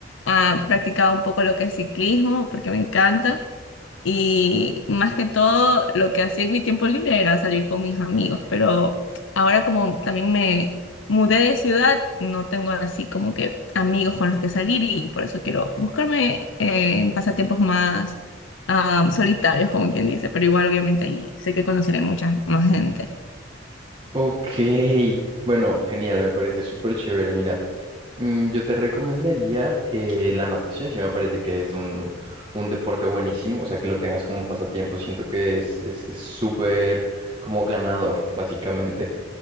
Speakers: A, on the left; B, on the right.
A: ah, practicaba un poco lo que es ciclismo, porque me encanta. Y más que todo, lo que hacía en mi tiempo libre era salir con mis amigos, pero ahora como también me mudé de ciudad, no tengo así como que amigos con los que salir y por eso quiero buscarme eh, en pasatiempos más ah, solitarios, como quien dice, pero igual obviamente ahí sé que conoceré mucha más gente.
B: Ok, bueno, genial, me parece súper chévere, mira. Mm, Yo te recomendaría eh, la natación, si me parece que es un, un deporte buenísimo, o sea, que lo tengas como un pasatiempo, siento que es es- es súper como ganador, básicamente.